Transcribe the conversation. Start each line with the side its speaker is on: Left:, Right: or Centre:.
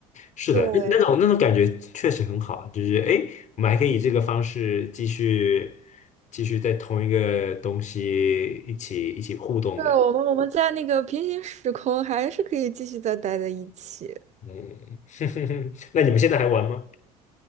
Left: 是的，
Right: 对，
Left: 那那种那种感觉确实很好，就是诶，我们还可以以这个方式继续继续在同一个东西一起一起互动这样，
Right: 对，我们我们在那个平行时空还是可以继续再待在一起。
Left: 嗯，<laughs> 那你们现在还玩吗？